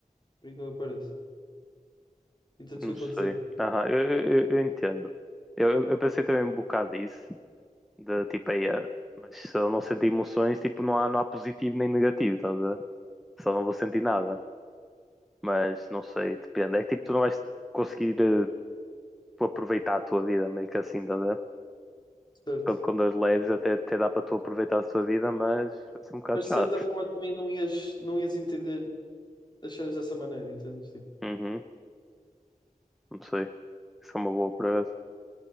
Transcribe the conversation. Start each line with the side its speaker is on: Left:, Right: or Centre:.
Left: por incrível que pareça. Entendes
Centre: Não
Left: o que eu estou
Centre: sei.
Left: a dizer?
Centre: Aham, eu, eu, eu- eu entendo. Eu, eu pensei também um bocado disso, de tipo, aí, eh, mas se eu não sentir emoções, tipo, não há, não há positivo nem negativo, estás a ver? Só não vou sentir nada. Mas não sei, depende. É que tipo, tu não vais conseguir eh, tu aproveitar a tua vida, meio que assim, tá a ver?
Left: Certo.
Centre: Quando, quando as leves até, até dá para tu aproveitar a tua vida, mas vai ser um bocado
Left: Mas
Centre: chato.
Left: de certa forma também não ias, não ias entender as cenas dessa maneira, entendes? Tipo,
Centre: Uhum, não sei. Isso é uma boa para